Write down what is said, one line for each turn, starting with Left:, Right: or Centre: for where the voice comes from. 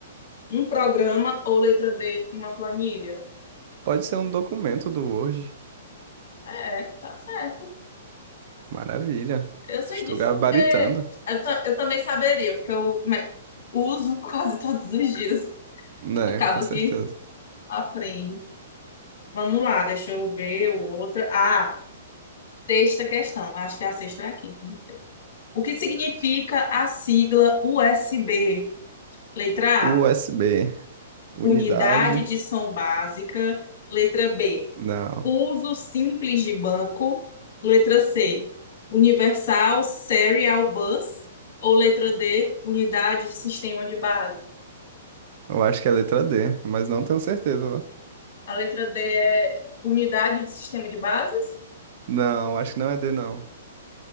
Left: um programa. Ou letra D, uma planilha.
Right: Pode ser um documento do Word.
Left: É, tá certo.
Right: Maravilha.
Left: Eu sei
Right: Estou
Left: disso
Right: gabaritando,
Left: porque eu, eu também saberia, porque eu né, uso <laughs> quase todos os dias.
Right: né?
Left: Acabo
Right: Com certeza.
Left: que aprendo. Vamos lá, deixa eu ver outra. Ah, sexta questão. Acho que a sexta é a quinta, não sei. O que significa a sigla USB? Letra
Right: USB,
Left: A,
Right: unidade.
Left: unidade de som básica. Letra B,
Right: Não,
Left: uso simples de banco. Letra C, universal serial bus. Ou letra D, unidade de sistema de base.
Right: eu acho que é letra D, mas não tenho certeza, né?
Left: A letra D é unidade de sistema de bases.
Right: Não, acho que não é D, não.